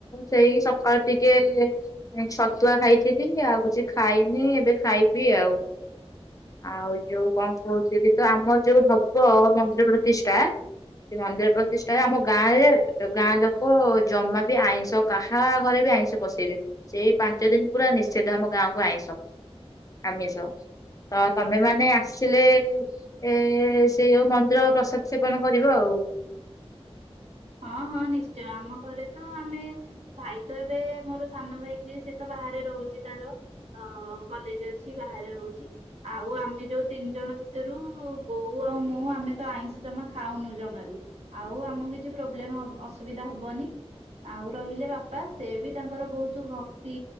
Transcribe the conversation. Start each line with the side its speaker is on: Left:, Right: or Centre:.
Left: ସେଇ ସକାଳୁ ଟିକେ ଏଇ ଛତୁଆ ଖାଇଥିଲି ଆଉ କିଛି ଖାଇନି ଏବେ ଖାଇବି ଆଉ। ଆଉ ଯୋଉ କଣ କହୁଥିଲି ତ ଆମର ଯୋଉ ହବ ମନ୍ଦିର ପ୍ରତିଷ୍ଠା। ସେ ମନ୍ଦିର ପ୍ର ତିଷ୍ଟାରେ ଆମ ଗାଁରେ ଗାଁ ଲୋକ ଜମା ବି ଆଇଁଷ କାହା ଘରେ ବି ଆଇଁଷ ପସେଇବେ ସେଇ ପାଞ୍ଚ ଦିନ ପୁରା ନିସେଧ ଆମ ଗାଁକୁ ଆଇଁଷ ଆମିଷ। ତ ତମେମାନେ ଆସିଲେ ଏ ସେ ଯୋଉ ମନ୍ଦିର ପ୍ରସାଦ ସେବନ କରିବ ଆଉ।
Right: ହଁ ହଁ ନିଶ୍ଚୟ ଆମ ଘରେ ତ ଆମେ ଭାଇ ତ ଏବେ ମୋର ସାନ ଭାଇ ଯିଏ ସେ ତ ବାହାରେ ରହୁଚି ତାର। ଅ କଲେଜ ଯାଉଚି ବାହାରେ ରହୁଚି। ଆଉ ଆମେ ଯୋଉ ତିନି ଜଣ ଭିତରୁ ବୋଉ ଆଉ ମୁଁ ଆମେ ତ ଆଇଁଷ ଜମା ଖାଉନୁ ଜମାରୁ। ଆଉ ଆମକୁ କିଛି ପ୍ରୋବ୍ଲେମ ହବ ଅସୁବିଧା ହବନି। ଆଉ ରହିଲେ ବାପା ସେ ବି ତାଙ୍କର ବହୁତ ଭକ୍ତି